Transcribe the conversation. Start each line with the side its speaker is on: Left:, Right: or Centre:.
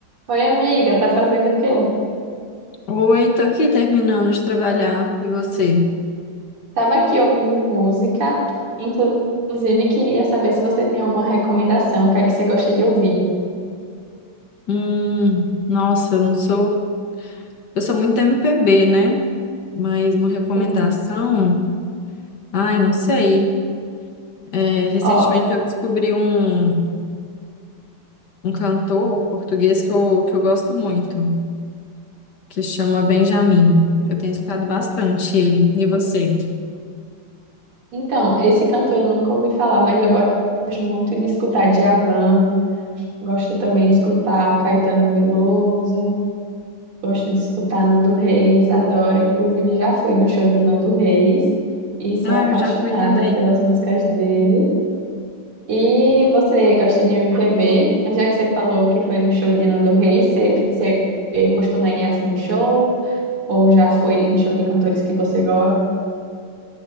Right: Oi, amiga, tá fazendo o quê?
Left: Oi, tô aqui terminando de trabalhar. E você?
Right: Tava aqui ouvindo música, inclusive queria saber se você tem alguma recomendação, o que é que você gosta de ouvir.
Left: Hum, nossa, eu não sou. Eu sou muito MPB, né? Mas uma recomendação.
Right: Sim.
Left: Ai, não sei. É, recentemente
Right: Ó,
Left: eu descobri um, um cantor português que eu, que eu gosto muito, que chama Benjamin. Eu tenho escutado bastante ele. E você?
Right: então, esse cantor eu nunca ouvi falar, mas eu gosto muito de escutar Djavan, gosto também de escutar Caetano Veloso, gosto de escutar Nando Reis, adoro, inclusive já fui no show de Nando Reis e sou
Left: Ah,
Right: apaixonada
Left: eu já fui também.
Right: pelas músicas dele. E você gosta de MPB? Já que você falou que foi no show de Nando Reis, você, você costuma ir assim em show? Ou já foi em show de cantores que você gosta?